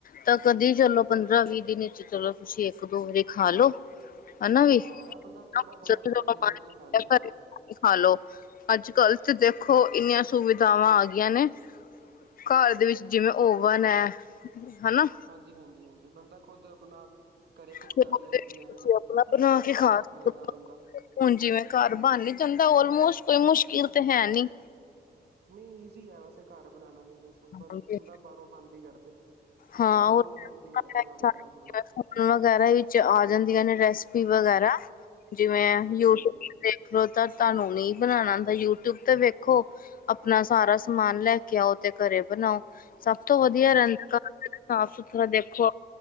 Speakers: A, on the left (about 55°); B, on the right (about 75°).
A: ਤਾਂ ਕਦੀ ਚਲੋ ਪੰਦਰਾਂ ਵੀਹ ਦਿਨ ਚ ਚਲੋ ਛੇ ਇੱਕ ਦੋ ਵਾਰੀ ਖਾ ਲੋੋ। ਹ ਨਵੀ
B: ਹਾਂ
A: ਕਰ
B: ਇਹ ਬੰਦਾ ਥੋੜਾ
A: <unintelligible>
B: ਬਹੁਤਾ ਖਾ ਲਏ ਲਿਮਿਟ ਚ ਖਾ ਲਏ ਹਨਾ
A: ਖਾ ਲੋ, ਅੱਜ ਕੱਲ ਤੇ ਦੇਖੋ ਇੰਨੀਆਂ ਸੁਵਿਧਾਵਾਂ ਆ ਗਈਆਂ ਨੇ, ਘਰ ਦੇ ਵਿੱਚ ਜਿਵੇਂ ਓਵਨ ਹੈ ਹਨਾ।
B: ਹਾਂਜੀ -ਹਾਂਜੀ -ਹਾਂਜੀ ਬੰਦਾ ਖੁਦ ਆਪਣਾ ਘਰੇ ਕੁੱਕ
A: ਤੁਸੀਂ
B: ਕਰ ਲਏ ਵਧੀਆ ਹੈਨਾ,
A: ਆਪਣਾ ਬਣਾ
B: ਬਾਹਰ
A: ਕੇ ਖਾ
B: ਦਾ
A: ਸਕਦੇ
B: ਖਾਏ ਨਾ ਬੰਦਾ।
A: ਹੋ ਹੁਣ ਜਿਵੇਂ ਘਰ ਬਣ ਨੀ ਜਾਂਦਾ, ਔਲਮੋਸਟ ਕੋਈ ਮੁਸ਼ਕਿਲ ਤਾਂ ਹੈ ਨਹੀਂ।
B: ਨਹੀਂ ਇਜ਼ੀ ਹੈ ਵੈਸੇ ਘਰ ਬਣਾਉਣਾ ਵੀ, ਬਸ ਬ
A: ਹਾਂਜੀ
B: ਬੰਦਾ ਬਾਹਰੋਂ ਬੰਦ ਹੀ ਕਰਦੇ। ਮਾਂ
A: ਹਾਂ
B: ਮੈਂ ਵੀ
A: ਉਹ
B: ਹੁਣ ਬੰਦ ਹੀ ਕਰਦਾਂਗਾ ਬਾਹਰ
A: ਫੋਨ
B: ਦਾ ਖਾਣਾ।
A: ਵਗੈਰਾ ਵਿੱਚ ਆ ਜਾਂਦੀਆਂ ਨੇ ਰੈਸਪੀ ਵਗੈਰਾ, ਜਿਵੇਂ‍
B: ਹਾਂਜੀ
A: ਯੂਟਿਊਬ
B: ਹਾਂਜੀ
A: ਦੇਖਲੋ ਤਾਂ ਤੁਹਾਨੂੰ ਨਹੀਂ ਬਣਾਉਣਾ ਆਉਦਾਂ, ਯੂਟਿਊਬ ਤੇ ਵੇਖੋ। ਆਪਣਾ ਸਾਰਾ ਸਮਾਨ ਲੈ ਕੇ ਆਓ ਤੇ ਘਰੇ ਬਣਾਓ। ਸਭ ਤੋਂ ਵਧੀਆ
B: ਹਾਂ
A: ਰਹਿੰਦਾ ਸਾਫ ਸੁਥਰਾ ਦੇਖੋ।